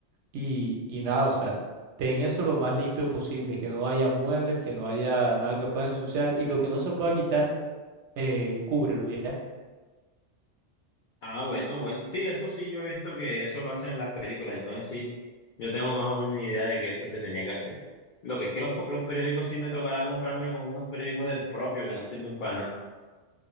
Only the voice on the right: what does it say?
Y, y nada, o sea, ten eso lo más limpio posible, que no haya muebles, que no haya nada que puedas ensuciar y lo que no se pueda quitar, eh, cúbrelo ya.